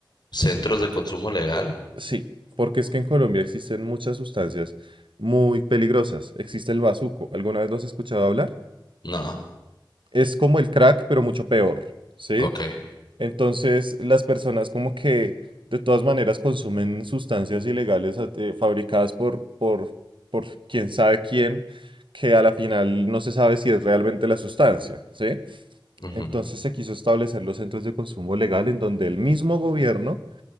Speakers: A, on the left; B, on the right.
A: ¿Centros de consumo legal?
B: Sí, porque es que en Colombia existen muchas sustancias muy peligrosas. Existe el bazuco. ¿Alguna vez lo has escuchado hablar?
A: No.
B: Es como el crack, pero mucho peor, ¿sí?
A: Ok.
B: Entonces, las personas como que de todas maneras consumen sustancias ilegales a- eh, fabricadas por, por, por quién sabe quién, que a la final no se sabe si es realmente la sustancia, ¿sí?
A: Ujú,
B: Entonces se quiso establecer los centros de consumo legal en donde el mismo gobierno